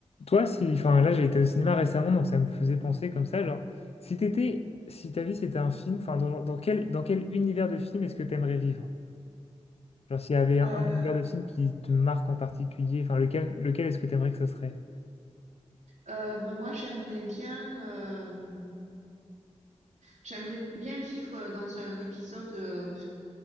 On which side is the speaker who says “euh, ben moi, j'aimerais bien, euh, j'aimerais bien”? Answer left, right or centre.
Right